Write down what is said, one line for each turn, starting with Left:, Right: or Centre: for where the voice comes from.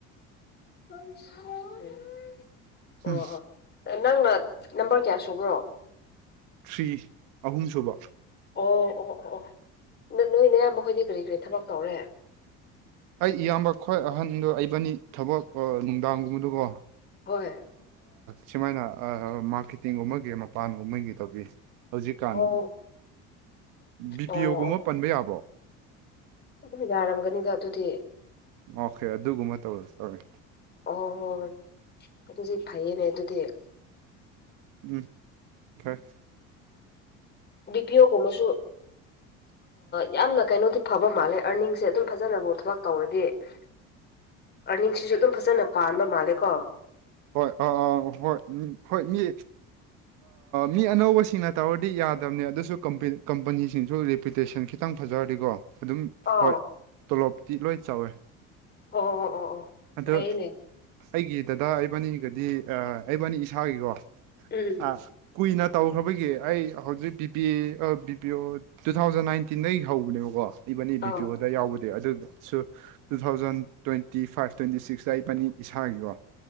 Left: <inaudible> ꯑꯣ
Right: ꯍꯝ
Left: ꯅꯪꯅ ꯅꯝꯕꯔ ꯀꯌꯥ ꯁꯨꯕ꯭ꯔꯣ
Right: ꯊ꯭ꯔꯤ ꯑꯍꯨꯝꯁꯨꯨꯕ
Left: ꯑꯣ ꯑꯣ ꯑꯣ ꯑꯣ ꯅꯣꯏꯅꯌꯥꯝꯕꯣꯏꯗꯤ ꯀꯔꯤ ꯀꯔꯤ ꯊꯕꯛ ꯇꯧꯔꯦ
Right: ꯑꯩ ꯏꯌꯥꯝꯕ ꯈ꯭ꯣꯏ ꯑꯍꯟꯗꯣ ꯑꯩꯕꯥꯅꯤ ꯊꯕꯛ ꯅꯨꯡꯗꯥꯡꯒꯨꯝꯕꯗꯀꯣ
Left: ꯍꯣꯏ
Right: ꯁꯨꯃꯥꯏꯅ ꯃꯥꯔꯀꯦꯇꯤꯡꯒꯨꯝꯕꯒꯤ ꯃꯄꯥꯟꯒꯨꯝꯕꯒꯤ ꯇꯧꯕꯤ ꯍꯧꯖꯤꯛꯀꯥꯟ
Left: ꯑꯣ
Right: ꯕꯤ
Left: ꯑꯣ
Right: ꯄꯤ ꯑꯣꯒꯨꯝꯕ
Left: ꯑꯣ
Right: ꯄꯟꯕ ꯌꯥꯕꯣ
Left: ꯑꯗꯨꯝ ꯌꯥꯔꯝꯒꯅꯤꯗ ꯑꯗꯨꯗꯤ
Right: ꯑꯣꯀꯦ ꯑꯗꯨꯒꯨꯝꯕ ꯇꯧ ꯇꯧꯋꯤ
Left: ꯑꯣ ꯍꯣ ꯑꯗꯨꯗꯤ ꯐꯩꯌꯦꯅꯦ ꯑꯗꯨꯗꯤ
Right: ꯎꯝ ꯐꯔ
Left: ꯕꯤ ꯄꯤ ꯑꯣꯒꯨꯝꯕꯁꯨ
Right: <inaudible>
Left: ꯌꯥꯝꯅ ꯀꯩꯅꯣꯗꯤ ꯐꯕ ꯃꯥꯜꯂꯦ ꯑꯔꯅꯤꯡꯁꯦ ꯑꯗꯨꯝ ꯐꯖꯅꯕꯨ ꯊꯕꯛ ꯇꯧꯔꯗꯤ ꯑꯥꯔꯅꯤꯡꯁꯤꯁꯨ ꯑꯗꯨꯝ ꯐꯖꯅ ꯄꯥꯟꯕ ꯃꯥꯜꯂꯦ ꯀꯣ
Right: ꯍꯣꯏ ꯑ ꯑ ꯍꯣꯏ ꯎ ꯍꯣꯏ ꯃꯤ ꯃꯤ ꯑꯅꯧꯕꯁꯤꯡꯅ ꯇꯧꯔꯗꯤ ꯌꯥꯗꯕꯅꯦ ꯑꯗꯨꯁꯨ ꯀꯝꯄꯅꯤꯁꯤꯡꯁꯨ ꯔꯤꯄꯨꯇꯦꯁꯟ ꯈꯤꯇꯪ ꯐꯖꯔꯗꯤꯀꯣ ꯑꯗꯨꯝ
Left: ꯑꯥꯎ
Right: ꯍꯣꯏ ꯇꯣꯂꯣꯞꯇꯤ ꯂꯣꯏ ꯆꯥꯎꯋꯦ
Left: ꯑꯣ ꯑꯣ ꯑꯣ ꯑꯣ
Right: ꯑꯗꯣ
Left: ꯀꯩꯅꯦ
Right: ꯑꯩꯒꯤ ꯗꯗꯥ ꯑꯩꯕꯥꯅꯤꯒꯗꯤ ꯑꯩꯕꯥꯅꯤ ꯏꯁꯥꯒꯤꯀꯣ
Left: ꯎꯝ
Right: ꯑꯥ ꯀꯨꯏꯅ ꯇꯧꯈ꯭ꯔꯕꯒꯤ ꯑꯩ ꯍꯧꯖꯤꯛ B P A B P O two thousand ꯅꯥꯏꯟꯇꯤꯟꯗꯒꯤ ꯍꯧꯕꯅꯦꯕꯀꯣ ꯏꯕꯅꯤ
Left: ꯑꯥ
Right: ꯕꯤ ꯄꯤ ꯑꯣꯗ ꯌꯥꯎꯕꯗꯤ ꯑꯗꯨꯁꯨ two thousand twenty five twenty ꯁꯤꯛꯁꯇ ꯏꯄꯅꯤ ꯏꯁꯥꯒꯤꯀꯣ